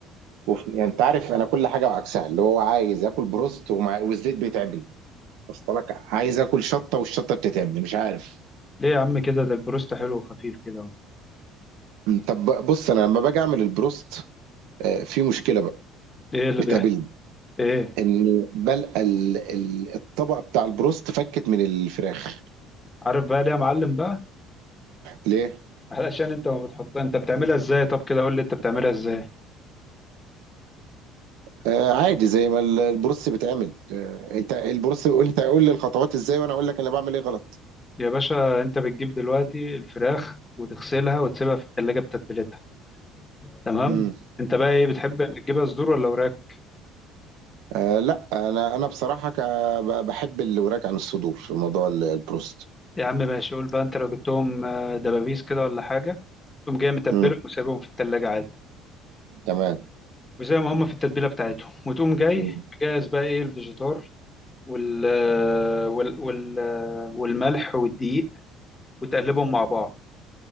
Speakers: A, on the right (about 85°); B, on the left (about 15°).
A: وف... يعني انت عارف انا كل حاجه وعكسها اللي هو عايز اكل بروست ومع... والزيت بيتعبني اصل لك عايز اكل شطه والشطه بتتعبني مش عارف
B: ليه يا عم كده ده البروست حلو وخفيف كده اهو
A: طب بص انا لما باجي اعمل البروست آه، في مشكله بقى
B: ايه اللي
A: بتقابلني
B: بيحصل ايه
A: ان بلقى ال- ال- الطبقه بتاع البروست فكت من الفراخ
B: عارف بقى ليه يا معلم بقى
A: ليه
B: علشان انت ما بتحطها انت بتعملها ازاي طب كده قول لي انت بتعملها ازاي
A: آه عادي زي ما ال- البروست بيتعمل آه انت البروست بيقول انت قول لي الخطوات ازاي وانا اقول لك انا بعمل ايه غلط
B: يا باشا انت بتجيب دلوقتي الفراخ وتغسلها وتسيبها في التلاجة بتتبيلتها تمام
A: امم
B: انت بقى ايه بتحب بتجيبها صدور ولا وراك
A: آه لا انا انا بصراحه ك- ب- بحب الوراك عن الصدور في موضوع ال- البروست
B: يا عم ماشي قول بقى انت لو جبتهم آه، دبابيس كده ولا حاجة تقوم جاي متبلهم
A: امم
B: وسايبهم في التلاجة عادي
A: تمام
B: وزي ما هم في التتبيله بتاعتهم وتقوم جاي
A: مم.
B: مجهز بقى ايه الفيجيتار وال وال وال والملح والدقيق وتقلبهم مع بعض